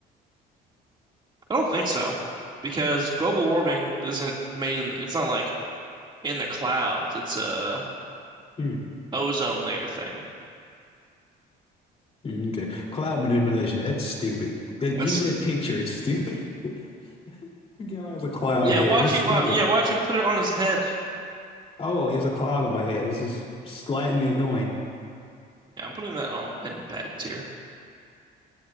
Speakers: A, on the right (about 25°); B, on the left (about 35°).
A: I don't think so because global warming isn't made in it's not like in the clouds. It's a
B: Hmm.
A: ozone layer thing.
B: Mm, Okay. Cloud manipulation. That's stupid. Like,
A: That's
B: even that picture is stupid. <laughs> The guy has a cloud
A: yeah.
B: head.
A: Why'd
B: This
A: you
B: is stupid.
A: uh, yeah? Why'd you put it on his head?
B: Oh, it's a cloud on my head. This is slightly annoying.
A: Yeah, I'm putting that on in bed tier.